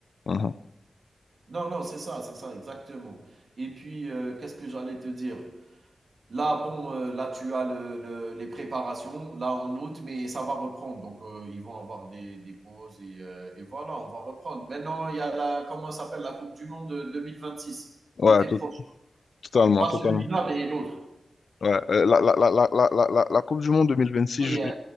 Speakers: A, on the left; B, on the right.
A: Mhm.
B: Non, non, c'est ça, c'est ça, exactement. Et puis, heu, qu'est-ce que j'allais te dire? Là, bon, heu, là, tu as le le les préparations, là, en août, mais ça va reprendre. Donc, heu, ils vont avoir des des pauses et heu et voilà, on va reprendre. Maintenant, il y a la comment ça s'appelle? La coupe du monde, heu, 2026,
A: Ouais,
B: l'été
A: to-
B: prochain.
A: totalement,
B: Pas
A: totalement.
B: celui-là, mais l'autre.
A: Ouais, euh, la, la, la, la, la, la, la- la Coupe du Monde 2026,
B: Oui,
A: je-
B: heu,